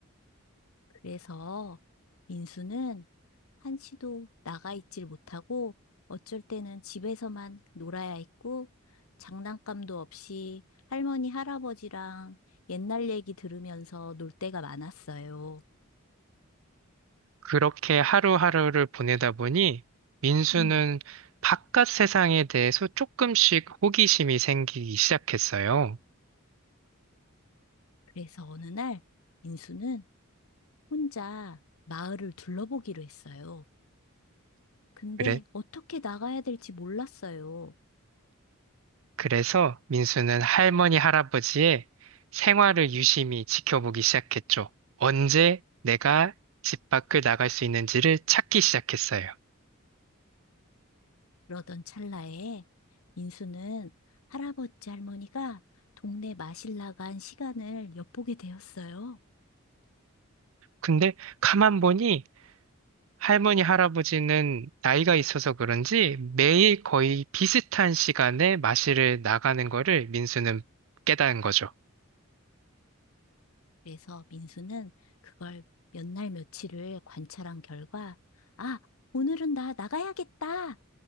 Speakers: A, on the left; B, on the right.
A: 그래서 민수는 한시도 나가 있질 못하고 어쩔 때는 집에서만 놀아야 했고 장난감도 없이 할머니, 할아버지랑 옛날 얘기 들으면서 놀 때가 많았어요.
B: 그렇게 하루하루를 보내다 보니, 민수는
A: 음,
B: 바깥 세상에 대해서 조금씩 호기심이 생기기 시작했어요.
A: 그래서 어느 날 인수는 혼자 마을을 둘러보기로 했어요. 근데
B: 그래,
A: 어떻게 나가야 될지 몰랐어요.
B: 그래서 민수는 할머니, 할아버지의 생활을 유심히 지켜보기 시작했죠. 언제 내가 집 밖을 나갈 수 있는지를 찾기 시작했어요.
A: 그러던 찰나에 인수는 할아버지 할머니가 동네 마실 나간 시간을 엿보게 되었어요.
B: 근데 가만 보니 할머니, 할아버지는 나이가 있어서 그런지 매일 거의 비슷한 시간에 마실을 나가는 거를 민수는 깨달은 거죠.
A: 그래서 민수는 그걸 몇 날 며칠을 관찰한 결과, 아, 오늘은 나 나가야겠다.